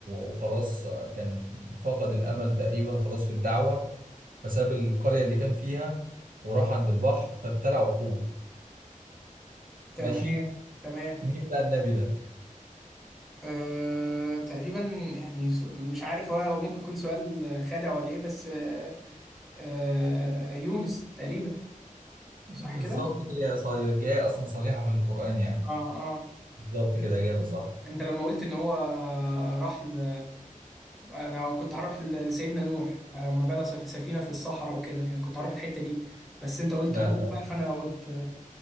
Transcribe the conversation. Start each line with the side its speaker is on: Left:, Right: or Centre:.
Right: وخلاص آه، كان فقد الامل تقريبا خلاص في الدعوة فساب القرية اللي كان فيها وراح عند البحر فابتلع وحود
Centre: تمام
Right: ماشي
Centre: تمام
Right: مين بقى النبي ده
Centre: آه، تقريبا يعني س- مش عارف هو هو ممكن يكون سؤال خادع ولا ايه بس آه، آه، يونس تقريبا
Right: بالظبط
Centre: صح كده؟
Right: كده يا صايع جاي اصلا صريحة في القرآن يعني
Centre: اه اه
Right: بالظبط
Centre: انت
Right: كده إجابة صح
Centre: أنت لما قلت ان هو راح ل... انا كنت هروح ل- لسيدنا نوح لما بنى سف- سفينة في الصحراء وكده يعني كنت هروح الحتة دي بس انت قلت
Right: لا
Centre: حوت
Right: لا لا
Centre: بقى فانا قلت